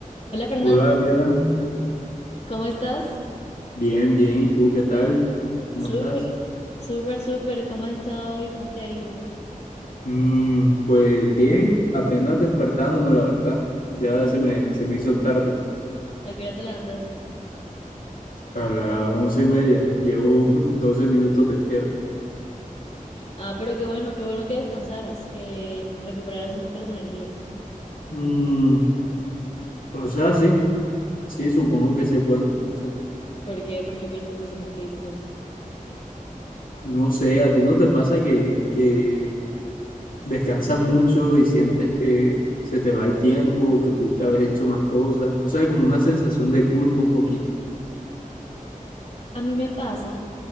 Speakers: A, on the left; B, on the left.
A: Hola Fernando,
B: Hola Gabriela,
A: ¿cómo estás?
B: bien, bien, ¿y tú qué tal? ¿Cómo
A: Súper,
B: estás?
A: súper, súper. ¿Cómo has estado hoy? ¿Cómo te ha ido?
B: Mm, pues bien, apenas despertándome, la verdad. Ya se me, se me hizo tarde,
A: ¿A qué hora te levantaste?
B: a las once y media. Llevo <laughs> 12 minutos despierto.
A: Ah, pero qué bueno, qué bueno que descansaras, que recuperaras un poco las energías.
B: Mm, o sea, sí, sí, supongo que sí es bueno, no sé.
A: ¿Por qué? ¿Por qué piensas eso? ¿Por qué dices eso?
B: No sé, ¿a ti no te pasa que, que descansas mucho y sientes que se te va el tiempo, que pudiste haber hecho más cosas? No sé, como una sensación de culpa un poquito.
A: A mí me pasa